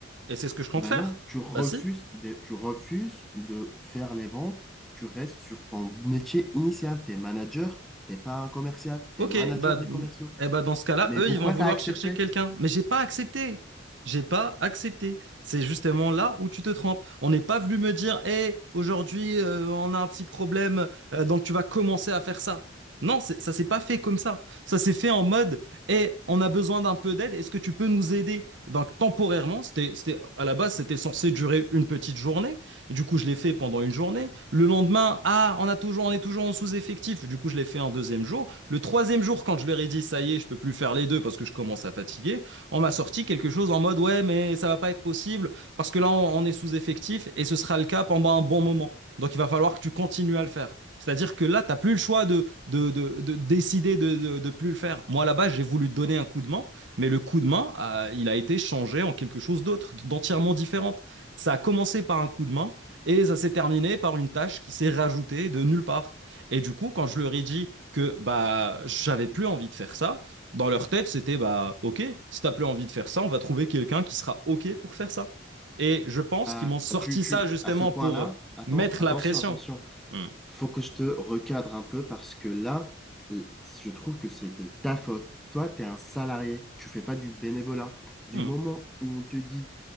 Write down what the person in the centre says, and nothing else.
Ben
non, tu refuses
de, tu refuses de faire les ventes, tu restes sur ton métier initial, t'es manager, t'es pas un commercial, t'es
manager
des commerciaux.
Mais
pourquoi
t'as accepté?
Bah,
tu, tu,
tu- à ce point-là,
attends,
attention,
attention.
faut que je te recadre un peu parce que là, l- je trouve que c'est de ta faute. Toi, tu es un salarié, tu fais pas du bénévolat. Du
moment où on te dit,